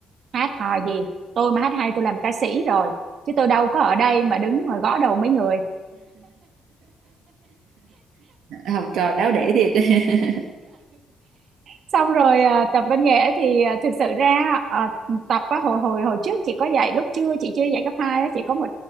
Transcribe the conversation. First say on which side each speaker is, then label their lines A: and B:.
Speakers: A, on the right; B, on the right.
A: hát hò gì tôi mà hát hay tôi làm ca sĩ rồi chứ tôi đâu có ở đây mà đứng mà gõ đầu mấy người
B: Học trò đáo để thiệt <laughs>
A: xong rồi à, tập văn nghệ thì à, thực sự ra à, tập á, hồi hồi hồi trước chị có dạy lúc chưa chị chưa dạy cấp 2 á, chị có một